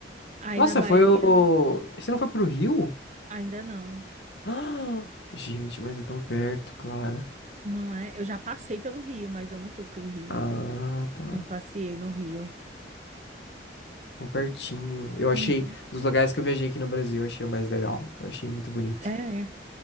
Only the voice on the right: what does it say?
Aí
na Bahia,
ainda não.
Não é? Eu já passei pelo Rio, mas eu não fui pro Rio.
Não passei no Rio.
Uhum.
É. é.